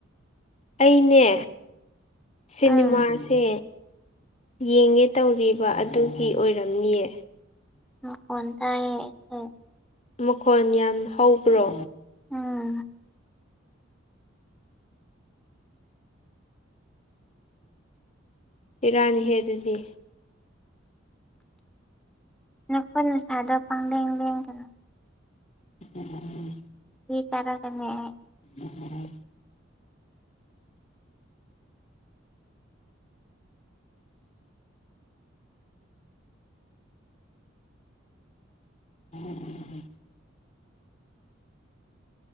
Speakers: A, on the left; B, in the centre.
A: ꯑꯩꯅꯦ ꯁꯤꯅꯤꯃꯥꯁꯦ
B: ꯎꯝ
A: ꯌꯦꯡꯒꯦ ꯇꯧꯔꯤꯕ ꯑꯗꯨ ꯒꯤ ꯑꯣꯏꯔꯝꯅꯤꯌꯦ
B: ꯃꯈꯣꯟ ꯇꯥꯏꯌꯦ ꯑꯩꯁꯦ
A: ꯃꯈꯣꯟ ꯌꯥꯝ ꯍꯧꯕ꯭ꯔꯣ
B: ꯎꯝ
A: ꯕꯦꯔꯥꯅꯤꯍꯦ ꯗꯨꯗꯤ
B: ꯅꯈꯨꯠ ꯅꯁꯥꯗꯣ ꯄꯪꯂꯦꯡ ꯂꯦꯡꯒꯅꯣ
A: <inaudible>
B: ꯏ ꯀꯥꯔꯛꯀꯅꯤ ꯑꯩ
A: <inaudible> <inaudible>